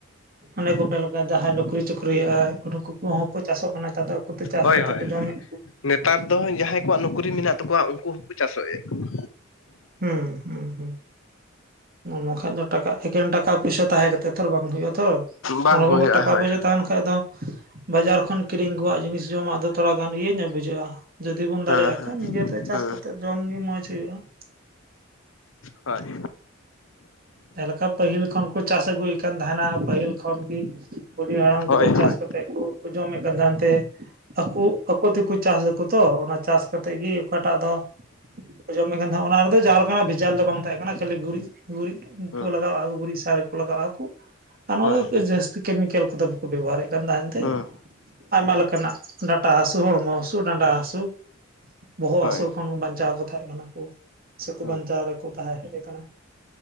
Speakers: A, on the right; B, on the left.
A: ᱚᱱᱮ ᱠᱚ ᱢᱮᱱ ᱞᱮᱠᱟ ᱡᱟᱦᱟᱸᱭ ᱱᱩᱠᱨᱤ- ᱪᱩᱠᱨᱤᱭᱟᱜᱼᱟᱭ ᱩᱱᱠᱩ ᱠᱚᱦᱚᱸ ᱠᱚ ᱪᱟᱥᱚᱜ ᱠᱟᱱᱟ ᱱᱮᱛᱟᱨ ᱫᱚ᱾ ᱟᱠᱚᱛᱮ ᱪᱟᱥ
B: ᱦᱳᱭ
A: ᱠᱟᱛᱮᱫ
B: ᱦᱳᱭ
A: ᱠᱚ ᱡᱚᱢ ᱮᱫ ᱜᱮᱭᱟ᱾
B: ᱱᱮᱛᱟᱨ ᱫᱚ ᱡᱟᱦᱟᱸᱭ ᱠᱚᱣᱟᱜ ᱱᱩᱠᱨᱤ ᱢᱮᱱᱟᱜ ᱛᱟᱠᱚᱣᱟ ᱩᱱᱠᱩ ᱦᱚᱸᱠᱚ ᱪᱟᱥ ᱮᱜ ᱠᱟᱱᱟ᱾
A: ᱦᱩᱸ ᱦᱩᱸ ᱦᱩᱸ᱾ ᱵᱟᱝᱠᱷᱟᱱ ᱫᱚ ᱴᱟᱠᱟ ᱮᱠᱮᱱ ᱴᱟᱠᱟ ᱯᱚᱭᱥᱟ ᱛᱟᱦᱮᱸ ᱠᱟᱛᱮ ᱛᱚ ᱵᱟᱝ ᱦᱩᱭᱩᱜᱼᱟ ᱛᱷᱚ᱾
B: ᱵᱟᱝ
A: ᱚᱱᱟ
B: ᱦᱩᱭᱩᱜᱼᱟ
A: ᱠᱚ ᱴᱟᱠᱟ
B: ᱦᱳᱭ
A: ᱯᱚᱭᱥᱟ
B: ᱦᱮᱸ
A: ᱛᱟᱦᱮᱸᱱ ᱠᱷᱟᱡ ᱫᱚ ᱵᱟᱡᱟᱨ ᱠᱷᱚᱱ ᱠᱤᱨᱤᱧ ᱟᱹᱜᱩᱟᱜ ᱡᱤᱱᱤᱥ ᱡᱚᱢᱟᱜ ᱫᱚ ᱛᱷᱚᱨᱟ ᱜᱟᱱ ᱤᱭᱟᱹ ᱧᱚᱜ ᱵᱩᱡᱷᱟᱹᱜᱼᱟ ᱡᱩᱫᱤ ᱵᱚᱱ ᱫᱟᱲᱮᱭᱟᱜ
B: ᱦᱮᱸ ᱦᱮᱸ
A: ᱠᱷᱟᱡ ᱱᱤᱡᱮᱛᱮ ᱪᱟᱥ
B: ᱦᱮᱸ
A: ᱠᱟᱛᱮᱫ ᱡᱚᱢ ᱜᱮ ᱢᱚᱸᱡᱽ ᱦᱳᱭᱳᱜᱼᱟ ᱾
B: ᱦᱳᱭ᱾
A: ᱡᱮᱞᱮᱠᱟ ᱯᱟᱹᱦᱤᱞ ᱠᱷᱚᱱ ᱠᱚ ᱪᱟᱥ ᱟᱹᱜᱩᱭ ᱠᱟᱱ ᱛᱟᱦᱮᱸᱱᱟ ᱯᱟᱹᱦᱤᱞ ᱠᱷᱚᱱ ᱜᱤ᱾ ᱵᱩᱰᱷᱤ ᱦᱟᱲᱟᱢ
B: ᱦᱳᱭ
A: ᱠᱚᱫᱚ ᱪᱟᱥ
B: ᱦᱳᱭ
A: ᱠᱟᱛᱮᱫ ᱠᱚ ᱡᱚᱢᱮᱫ ᱠᱟᱱ ᱛᱟᱦᱮᱸᱱ ᱛᱮ᱾ ᱟᱠᱚ ᱟᱠᱚ ᱛᱮᱠᱚ ᱪᱟᱥ ᱫᱟᱠᱚ ᱛᱚ ᱚᱱᱟ ᱪᱟᱥ ᱠᱟᱛᱮᱫ ᱜᱮ ᱚᱠᱟᱴᱟᱜ ᱫᱚ ᱟᱡᱚᱢ ᱢᱮ ᱠᱟᱱ ᱛᱟᱦᱮᱸ ᱚᱱᱟ ᱨᱮᱫᱚ ᱡᱟᱦᱟᱸ ᱞᱮᱠᱟᱱᱟᱜ ᱵᱷᱮᱡᱟᱞ ᱫᱚ ᱵᱟᱝ ᱛᱟᱦᱮᱸ ᱠᱟᱱᱟ ᱠᱷᱟᱹᱞᱤ ᱜᱩᱨᱤᱡ ᱜᱩᱨᱤᱡ
B: ᱦᱮᱸ
A: ᱜᱮ᱾ ᱞᱟᱜᱟᱣᱟᱜ ᱠᱚ ᱜᱩᱨᱤᱡ ᱥᱟᱨ ᱠᱚ ᱞᱟᱜᱟᱣᱟᱜᱼᱟ ᱠᱚ ᱟᱨ ᱱᱚᱣᱟ
B: ᱦᱳᱭ ᱦᱮᱸ
A: ᱠᱮᱡ ᱡᱟᱹᱥ ᱠᱮᱢᱤᱠᱮᱞ ᱠᱚᱫᱚ ᱵᱟᱠᱚ ᱵᱮᱵᱚᱦᱟᱨᱮᱫ ᱠᱟᱱ ᱛᱟᱦᱮᱱ ᱛᱮ᱾
B: ᱦᱮᱸ
A: ᱟᱭᱢᱟ ᱞᱮᱠᱟᱱᱟᱜ ᱰᱟᱴᱟ ᱦᱟᱹᱥᱩ ᱦᱚᱲᱢᱚ ᱦᱟᱹᱥᱩ ᱰᱟᱸᱰᱟ ᱦᱟᱹᱥᱩ ᱵᱚᱦᱚᱜ
B: ᱦᱳᱭ
A: ᱦᱟᱹᱥᱩ ᱠᱷᱚᱱ ᱵᱟᱧᱪᱟᱣ ᱠᱚ ᱛᱟᱦᱮᱸ ᱠᱟᱱᱟ ᱠᱚ ᱥᱮᱠᱚ
B: ᱦᱮᱸ
A: ᱵᱟᱧᱪᱟᱣ ᱨᱮᱠᱚ ᱛᱟᱦᱮᱸ ᱦᱮᱡ ᱟᱠᱟᱱᱟ